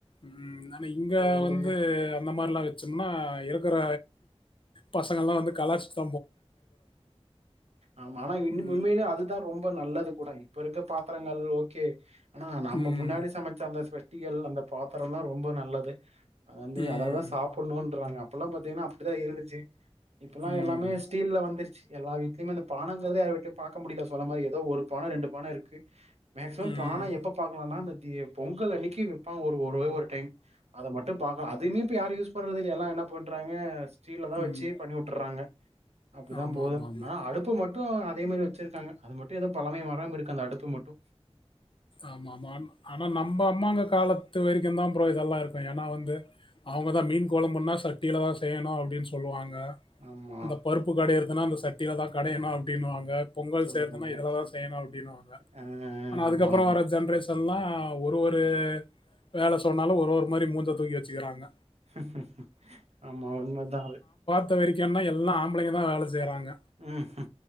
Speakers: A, on the left; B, on the right.
A: ம். ஆனா இங்க
B: இப்ப வந்து
A: அந்த மாரி லா வச்சம்னா இருக்கிற பசங்கள்லா வந்து கலாச்சிட்
B: ஆமா ஆனா இன்னு
A: ம்.
B: உண்மையிலே அதுதா ரொம்ப நல்லது கூடா இப்பிருகுர பாத்தரங்கள் ஓகே ஆனா நம்ம
A: ம்.
B: முன்னாடி சமைச்ச அந்த குட்டிகள் அந்த பாத்திரலா ரொம்ப நல்லது வந்து
A: ம்.
B: அதலதா சாப்பிட்ணு வாக அப்பல்லா பாத்தீங்கன்னா அப்படிதா இருந்துச்சு இப்பெல்லா
A: ம்.
B: எல்லாமே வந்துருச்சு எல்லா வீட்லயமே அ பானங்கதரதே யார் வீட்லயும் பார்கக்க முடியல சொன்ன மாரி ஏதோ ஒரு பான ரெண்டு பான இருக்கு மேக்சிமம்
A: ம்.
B: பான எப்ப பாக்கலாம் னா அந்த ஏ பொங்கல் அன்னைக்கு வெப்பாங் ஒரு ஒரு வா டைம் அத மட்டு பாக்கலா அது இனிப்ப யார் யூஸ் பண்றது இல்ல எல்லா என்ன பண்றாங்க சீல் எல்லா வச்சு
A: ம்.
B: பண்ணி விட்டு்றாங்க அப்படிதா
A: ஆமாமாமா.
B: போதுன் ஆனா அடுப்பு மட்டும் னு அதே மாதிரி வச்சிருக்காங்க அது மட்டு து பழமை மரம் இருக்கு அந்த அடுப்பு மட்டு
A: ஆமா ஆமா ஆனா நம்ம அம்மாங்க காலத்து வரைக்குந்தான் ஃப்ரோ இதெல்லாம் இருக்கு ஏன்னா வந்து அவங்கதா மீன் கொழம்புனா சட்டியிலதா செய்யணு அப்படின்னு சொல்லுவாங்க அ
B: ஆமா
A: அந்த பருப்பு கடையர அனா அந்த சட்டில தா கடையணு அப்டின்வாங்க பொங்கல்
B: சொல்லுவாங்க
A: செய்ர்தனா இதுலதா செய்ணு அப்டின்வாங்க
B: அஹ்
A: ஆனா அதுக்
B: ஆமா
A: துக் அப்றோ
B: ஆமா
A: வர ஜென்ரேஷ் ல்லா ஒரு ஒரு வேல சொன்னாலு ஒரு ஒரு மாரி மூஞ்ச தூக்கி வெச்சுக்கிறாங்க
B: ஹ்ம்ஹ்ம்ஹ்ம் ஆமா உண்ம தா அது
A: வெரிக்குன்ன எல்லா ஆம்புலைங்க தா அது செய்றாங்க
B: ம்